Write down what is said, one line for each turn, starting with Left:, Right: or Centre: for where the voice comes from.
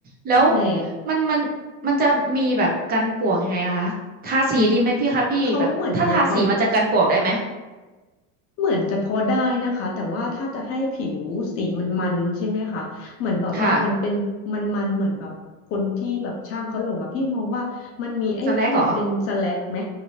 Right: แล้ว
Left: นั่นแหละ
Right: มันมันมันจะมีแบบกันปลวกยังไงอะคะทาสีดีไหมพี่คะพี่แบบถ้าทาสีมันจะกันปลวกได้ไหม
Left: เขาก็เหมือนมีเขา เหมือนจะพอได้นะคะแต่ว่าถ้าจะให้ผิวสีมันมันใช่ไหมคะเหมือนแบบว่ามันเป็นมันมันเหมือนแบบคนที่แบบช่างเขาลงอ่ะพี่มองว่ามันมีไอ้ที่มันเป็นสแลกไหม
Right: ค่ะสแลกเหรอ